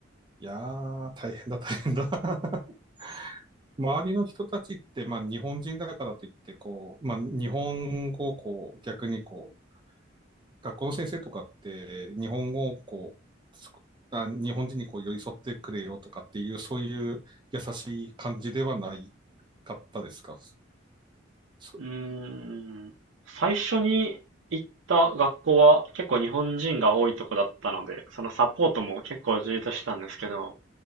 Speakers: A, on the right; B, on the right.
A: いやー、大変だ、大変だ。<laughs> 周りの人たちって、まあ日本人だからといって、こう、まあ日本語をこう、逆にこう、学校の先生とかって、日本語をこう、あ日本人にこう寄り添ってくれよとかっていう、そういう優しい感じではないかったですか。そ
B: うーん、最初に行った学校は結構日本人が多いとこだったので、そのサポートも結構充実してたんですけど、